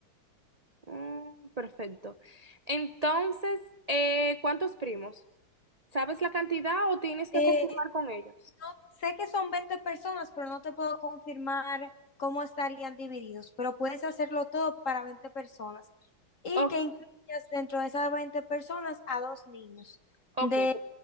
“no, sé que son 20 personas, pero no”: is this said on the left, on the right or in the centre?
Left